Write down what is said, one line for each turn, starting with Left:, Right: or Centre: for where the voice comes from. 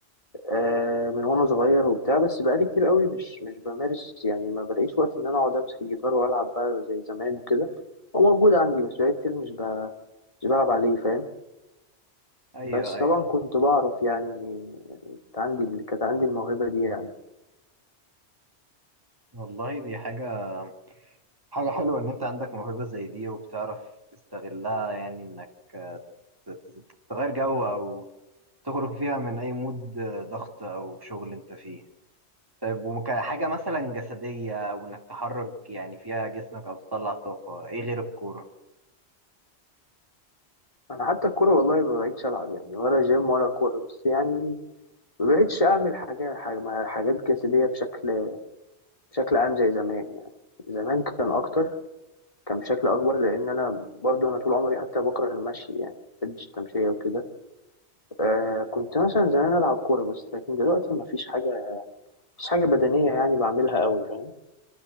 Left: آه من وانا صغير وبتاع بس بقالي كتير قوي مش مش بمارس يعني ما بلاقيش وقت ان انا اقعد امسك الجيتار والعب بقى زي زمان وكده هو موجود عندي بس بقالي كتير مش ب- مش بلعب عليه فاهم
Right: ايوه
Left: بس
Right: ايوه
Left: طبعا كنت بعرف يعني كانت عندي اللي كانت عندي الموهبة دي يعني
Right: والله دي حاجة حاجة حلوة ان انت عندك موهبة زي دي وبتعرف تستغلها يعني انك آه، ت- ت- تغير جو او تخرج فيها من اي مود آه، ضغط او شغل انت فيه طيب وكحاجة مثلا جسدية وانك تحرك يعني فيها جسمك او تطلع طاقة ايه غير الكورة
Left: انا حتى الكورة والله ما بقيتش العب يعني ولا جيم ولا كورة بس يعني مبقتش أعمل حاجة حاجة- حاجات جسدية بشكل بشكل عام زي زمان يعني زمان كان أكتر كان بشكل أكبر لأن أنا برضو أنا طول عمري حتى بكره المشي يعني مبحبش التمشية وكده آه كنت مثلا زمان ألعب كورة بس لكن دلوقتي مفيش حاجة مفيش حاجة بدنية يعني بعملها قوي فاهم